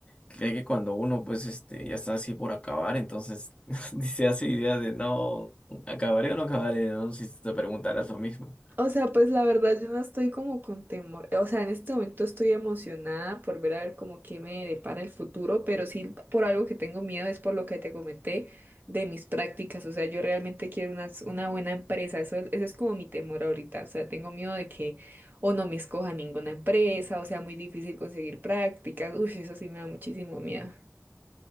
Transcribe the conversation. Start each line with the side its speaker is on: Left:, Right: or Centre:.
Left: Cree que cuando uno pues este ya está así por acabar, entonces <laughs> ni se hace idea de no acabaré o no acabaré, ¿no? Si te preguntaras lo mismo.
Right: O sea, pues la verdad yo no estoy como con temor. O sea, en este momento estoy emocionada por ver a ver como qué me depara el futuro, pero sí por algo que tengo miedo es por lo que te comenté de mis prácticas. O sea, yo realmente quiero una, una buena empresa. Eso, eso es como mi temor ahorita. O sea, tengo miedo de que o no me escoja ninguna empresa, o sea, muy difícil conseguir prácticas. Uy, eso sí me da muchísimo miedo.